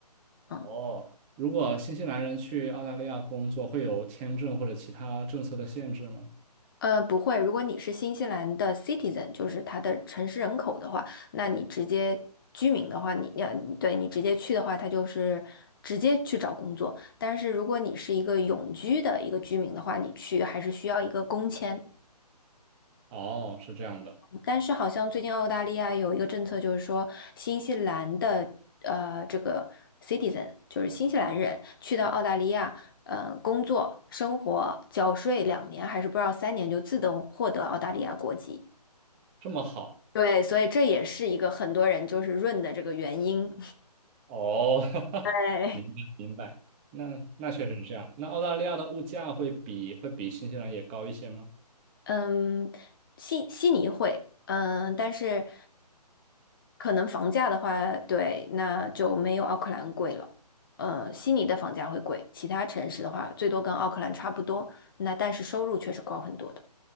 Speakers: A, on the right (about 15°); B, on the left (about 30°).
A: 哦。
B: 嗯。
A: 如果新西兰人去澳大利亚工作，会有签证或者其他政策的限制吗？
B: 呃，不会。如果你是新西兰的 citizen，就是它的城市人口的话，那你直接居民的话，你要对你直接去的话，它就是直接去找工作。但是如果你是一个永居的一个居民的话，你去还是需要一个工签。
A: 哦，是这样的，
B: 但是好像最近澳大利亚有一个政策，就是说新西兰的呃这个 citizen，就是新西兰人去到澳大利亚，呃，工作、生活、缴税两年，还是不知道三年，就自动获得澳大利亚国籍。
A: 这么好
B: 对，所以这也是一个很多人就是润的这个原因。
A: 哦，<laughs>
B: 对，
A: 明白明白。那那确实是这样。那澳大利亚的物价会比会比新西兰也高一些吗？
B: 嗯，悉悉尼会，嗯，但是可能房价的话，对，那就没有奥克兰贵了。呃，悉尼的房价会贵，其他城市的话，最多跟奥克兰差不多。那但是收入确实高很多的。